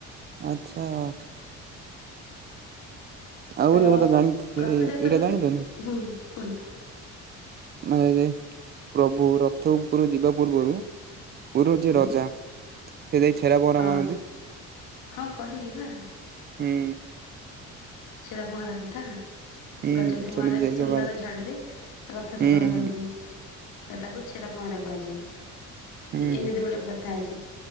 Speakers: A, on the right; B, on the left.
A: ଆଚ୍ଛା ଆଚ୍ଛା। ଆଉ
B: ତ
A: ଗୋଟେ କଥା ଜାଣିଛି
B: ରଥଯାତ୍ରା
A: ଯେ ଏଇଟା ଜାଣିଛନ୍ତି।
B: ହୁଁ କୁହନ୍ତୁ
A: <unintelligible> ପ୍ରଭୁ ରଥ ଉପରୁ ଯିବା ପୂର୍ବରୁ ଗୁରୁଯି
B: ହୁଁ
A: ରଜା। ସେ ଜାଇ ଛେରା ପହଁରା
B: ହଁ
A: ମାରନ୍ତି
B: ହଁ କହିଲି ବା
A: ହୁଁ।
B: ଛେରା ପହଁରା କଥା।
A: ହୁଁ
B: ଗଜପତି
A: ସେମିତି
B: ମହାରାଜ
A: ଯାଇକି
B: ସୁନ୍ଦର
A: ମାରନ୍ତି।
B: ଝାଡ଼ୁରେ ରଥ
A: ହୁଁ
B: ସଫା
A: ହୁଁ
B: କରନ୍ତି। ତାକୁ ଛେରା ପହଁରା କୁହାଯାଏ
A: ହୁଁ
B: ଏମିତି
A: ହୁଁ
B: ଗୋଟେ ପ୍ରଥା ଅଛି।